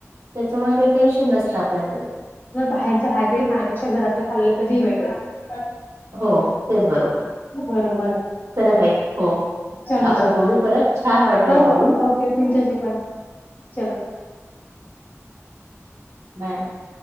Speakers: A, on the right (about 70°); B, on the left (about 40°).
A: त्याच्यामुळे काही टेन्शन नसतं आपल्या
B: बाहेरच हायब्र्रीड खाण्यापक्षा घरातलं खायला कधी भेटणार.
A: हो तेच बरोबर
B: बरोबर
A: चला तई हो
B: चला
A: आपण
B: चला
A: बोलू परत छान वाटलं
B: हो
A: बोलून
B: हो ओके तुमच्याशी पण चला
A: नाही.